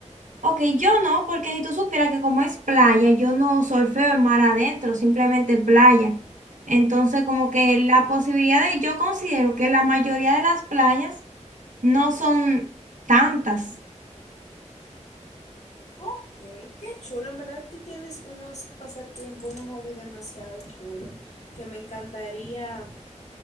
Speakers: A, on the right; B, on the left.
A: Ok, yo no, porque si tú supieras que como es playa, yo no surfeo en mar adentro, simplemente playa. Entonces como que la posibilidad de, yo considero que la mayoría de las playas no son tantas.
B: Ok, qué chulo. En verdad, tú tienes unos pasatiempos, unos hobbies demasiado chulos que me encantaría,